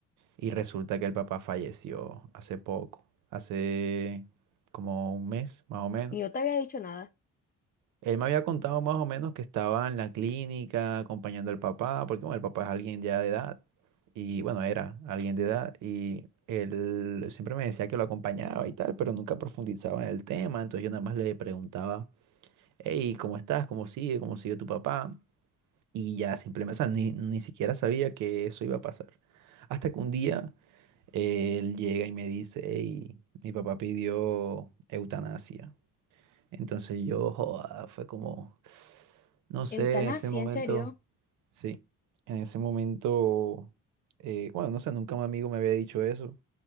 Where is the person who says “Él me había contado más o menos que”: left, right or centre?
Right